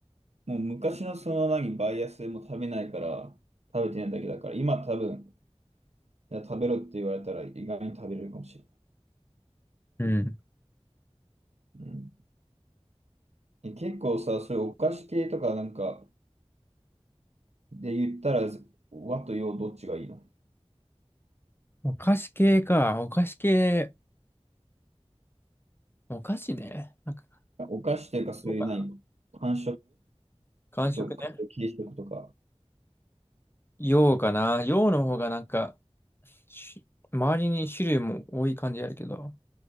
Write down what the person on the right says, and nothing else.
もう昔のその何、バイアスでも食べないから、食べてないだけだから、今多分、いや食べろって言われたら意外に食べれるかもしれない。
うんえ結構さ、そういうお菓子系とかなんかで言ったら、和と洋どっちがいいの
お菓子というかそういう何、
感
ちょっと顔を切りしておくとか。